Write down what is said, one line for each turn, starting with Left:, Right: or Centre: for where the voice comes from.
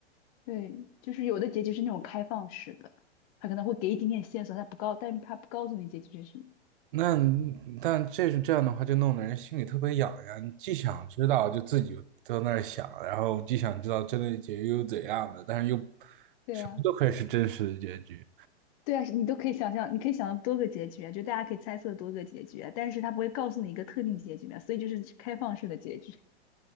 Left: 对，就是有的结局是那种开放式的，它可能会给一点点线索，它不告，但是它不告诉你结局是什么。
Right: 那但这是这样的话，就弄得人心里特别痒痒。你既想知道，就自己在那儿想，然后既想知道真的结局又怎样的，但是又
Left: 对呀、
Right: 什么都可以是真实的结局。
Left: 对啊，你都可以想象，你可以想象多个结局啊，就大家可以猜测多个结局啊，但是他不会告诉你一个特定结局嘛，所以就是开放式的结局。